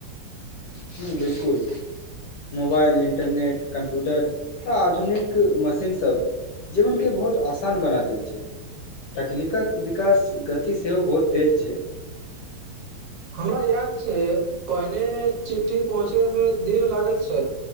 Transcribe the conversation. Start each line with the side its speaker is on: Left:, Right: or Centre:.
Left: हूं बिल्कुल मोबाइल इंटरनेट कम्प्यूटर आ आधुनिक मशीन सब जीवन के बहुत आसान बना देल छै तकनीकक विकास गति सेहो बहुत तेज छै
Right: हमरा याद छै पहिने चिटठ्ठी पहुँचे में दिन लागैत छल